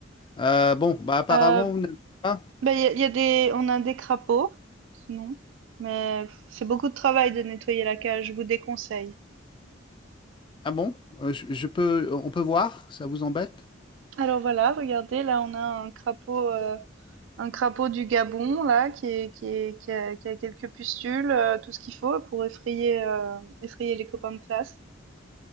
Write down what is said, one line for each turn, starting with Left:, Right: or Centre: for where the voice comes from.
Left: Euh, bon, bah apparemment,
Right: Euh,
Left: vous n'avez pas.
Right: bah il y a, il y a des, on a des crapauds, sinon, mais pff, c'est beaucoup de travail de nettoyer la cage. Je vous déconseille.
Left: Ah bon? Euh, je, je peux, on peut voir? Ça vous embête?
Right: Alors voilà, regardez, là on a un crapaud, euh, un crapaud du Gabon là qui est, qui est, qui a, qui a quelques pustules, euh, tout ce qu'il faut pour effrayer, euh, effrayer les copains de classe.